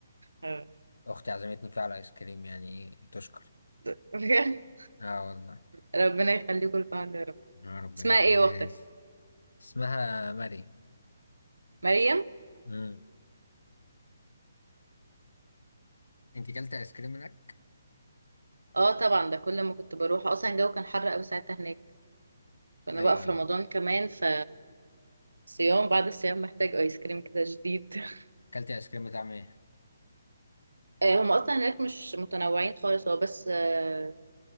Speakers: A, on the right (about 75°); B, on the left (about 75°).
A: آه.
B: اختي عزمتني فيه على ايس كريم يعني إيه، تشكر
A: <laughs>
B: اه والله
A: ربنا يخليكم لبعض يا رب
B: يا ربنا
A: اسمها
B: يخليها
A: ايه واختك
B: لي. اسمها مريم
A: مريم
B: امم انت كلت ايس كريم هناك؟
A: اه طبعا ده كل ما كنت بروح اصلا الجو كان حر قوي ساعتها هناك كنا
B: ايوه
A: بقى في
B: ايوه
A: رمضان كمان ف صيام بعد الصيام محتاج ايس كريم كده جديد <laughs>
B: كلت ايس كريم بتاع ايه؟
A: آه، هم اصلا هناك مش متنوعين خالص هو بس آه،